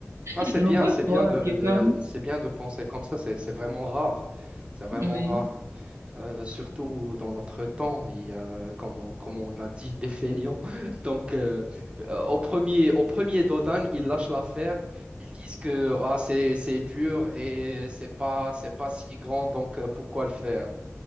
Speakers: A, on the right; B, on the right.
A: Ah, c'est
B: je
A: bien,
B: me pose
A: c'est
B: souvent
A: bien de,
B: la question.
A: de- c'est bien de penser comme ça, c'est c'est vraiment rare. C'est vraiment
B: Oui,
A: rare. Euh, surtout dans notre temps, il y a, comme, on, comme on a dit, des feignants. <laughs> Donc, euh, euh, au premier, au premier Dodan, ils lâchent l'affaire. Ils disent que ah, c'est, c'est dur et c'est pas, c'est pas si grand, donc euh, pourquoi le faire?